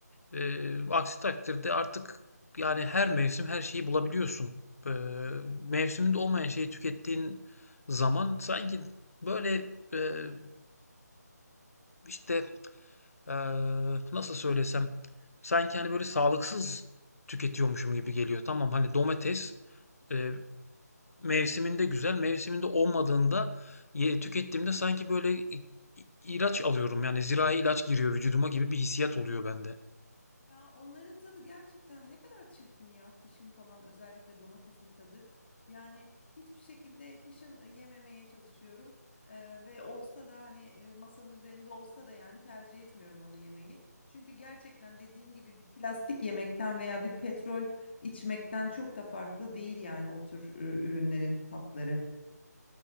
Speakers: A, on the left; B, on the left.
A: Eee, aksi takdirde artık yani her mevsim her şeyi bulabiliyorsun. Eee, mevsiminde olmayan şeyi tükettiğin zaman sanki böyle eee, işte eee, nasıl söylesem sanki hani böyle sağlıksız tüketiyormuşum gibi geliyor. Tamam hani domates e, mevsiminde güzel, mevsiminde olmadığında ye, tükettiğimde sanki böyle i- i- ilaç alıyorum. Yani zirai ilaç giriyor vücuduma gibi bir hissiyat oluyor bende.
B: Ya onların tadı gerçekten ne kadar çirkin ya kışın falan özellikle domatesin tadı. Yani hiçbir şekilde kışın yememeye çalışıyorum. Ee, ve olsa da hani e, masanın üzerinde olsa da yani tercih etmiyorum onu yemeyi. Çünkü gerçekten dediğin gibi bir plastik yemekten veya bir petrol içmekten çok da farklı değil yani o tür e, ürünlerin tatları.